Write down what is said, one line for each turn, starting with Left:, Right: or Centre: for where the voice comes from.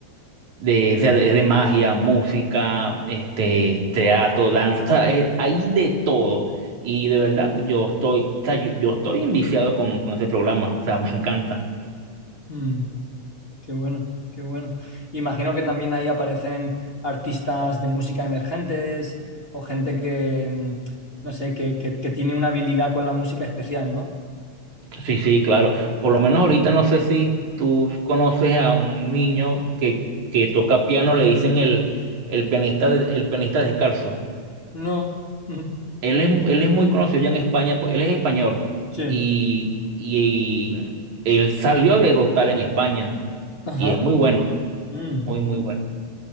Right: de, o sea, de, de magia, música, este, teatro, danza, o sea, eh, hay de todo. Y de verdad, pues, yo estoy, o sea, yo, yo estoy enviciado con, con ese programa, o sea, me encanta.
Left: Mm. Qué bueno, qué bueno. Imagino que también ahí aparecen artistas de música emergentes o gente que, mm, no sé, que, que- que tiene una habilidad con la música especial, ¿no?
Right: Sí, sí, claro. Por lo menos ahorita no sé si tú conoces a un niño que, que toca piano, le dicen el, el pianista, de- el pianista descalzo.
Left: No. <laughs> Ujú.
Right: Él es, él es muy conocido ya en España, porque él es español
Left: Sí.
Right: y, y él salió de Goktal en España
Left: Ajá.
Right: y es muy bueno.
Left: Mm,
Right: Muy, muy bueno.